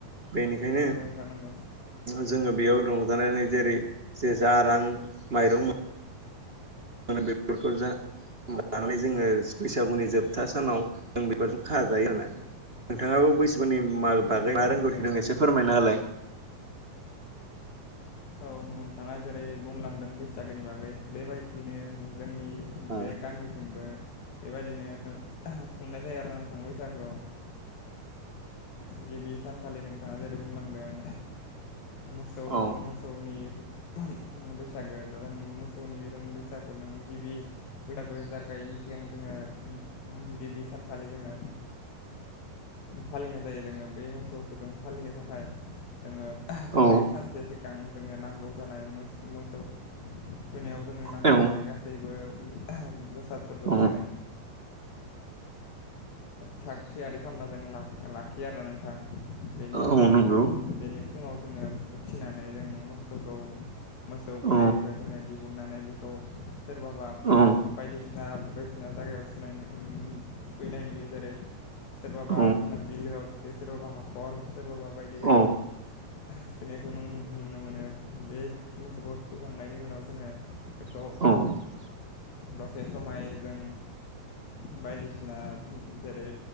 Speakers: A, on the right; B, on the left.
A: बेनिखायनो
B: नंगौ नोंथां नंगौ
A: जोङो बेयाव रंजानानै जेरै जे जा रां माइरं मोनो मोनो बेलखौ जा होनोमब लानानै जोङो बैसागुनि जोबथा सानाव जों बेफोरजों खाजायो आरोोना नोंथाङाबो बैसोुनि म
B: नंगौ
A: बागै
B: नोंथां
A: मा रोंगौथि
B: नंगौ
A: दं एसे फोरमायनाालाय
B: औ नोंथाङा जेरै बुंलांदों बैसागोनि बागै बेबायदिनो जोंनि
A: औ
B: बे गामिथिंबो बेबायदिनो खुंनाय जायो आरो आं थां बैसागु गिबि सानखालि नोंथाङा जेरै बुंलांदों मोसौ
A: औ
B: मसा बैसागो दा जों मोसौनि जों बैसागु नों गिबि बैसागु ज गायैनि सिगां जोङो गिबि सानखालि जोङो फालिनाय जायो जोङो बै मोसौफोरखौ जों फालिनो थाखाय जोङो
A: औ
B: बै सानसे सिगां जोङो नांगौ जानाय मोसौ थुखैनायाव जोंनो नांगौ
A: औ
B: जानाय गासैबो बेसादफोरखौ
A: औ
B: जोङो थाग थियारि खालामना जों लाखियो आरो नोंथां बेनि
A: औ नांगौ
B: बेनि फुङाव जोङो उथिनानै जों मोसौखौ मोसौ गलिनिफ्राय
A: औ
B: जोङो दिहुननानै बेखौ सोरबाबा
A: औ
B: बायदिसिना बायदिसिना जायगायाव सुनायनो फैनाय नुयो जेरै सोरबाबा
A: औ
B: बिलोआव थुखैयो सोरबाबा हाखर सोरबाबा बायदि
A: औ
B: बायदि थुखैनायखौ नों नुनो मोनो बे मोसौखौ थुखै खांनायनि उनाव जोङो बेखौ
A: औ
B: दसे समाय जों बायदिसिना जेरै